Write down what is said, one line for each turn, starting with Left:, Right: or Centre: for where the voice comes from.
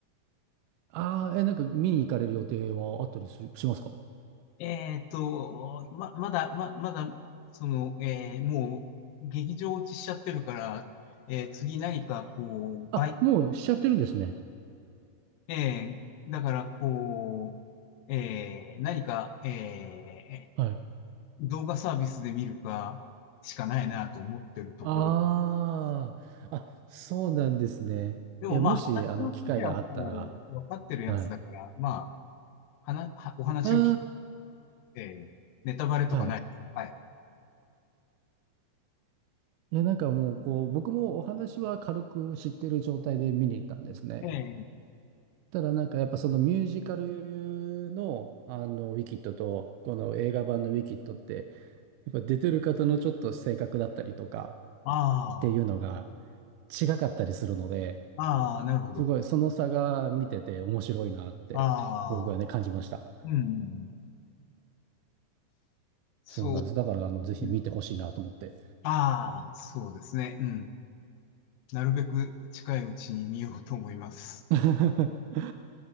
Right: ああ、え、なんか見に行かれる予定はあったりする、しますか
Left: えーっと、ま、まだ、ま、まだ、その、えーもう、劇場落ちしちゃってるから、えー次何か、こう、
Right: あ、
Left: 倍、
Right: もうしちゃってるんですね。
Left: えーだから、こう、えー何か、えー
Right: はい。
Left: 動画サービスで見るか、しかないなと思ってるところ
Right: ああ、あ、そうなんですね。
Left: でもまあ話の筋はもう分かってるやつだから、
Right: いや、もし、あの、機会があったら、はい。
Left: まあ、はな、はお話を聞い
Right: あ
Left: て、ネタバレとかないです。
Right: あ、はい。
Left: はい。
Right: いや、なんかもう、こう、僕もお話は軽く知ってる状態で見に行ったんですね。
Left: ええ、
Right: ただ、なんかやっぱそのミュージカルの、あの、ウィキッドと、この映画版のウィキッドって、やっぱ出てる方のちょっと性格だったりとか
Left: あ
Right: っていうのが、違かったりするので、
Left: あ、ああ、なるほど。
Right: すごいその差が見てて面白いなって僕はね感じました。
Left: ああ、うん、うんうんそう、
Right: そうなんです。だからあのぜひ見てほしいなと思って
Left: うん。ああ、そうですね。うん。なるべく近いうちに見ようと思います。
Right: <laughs>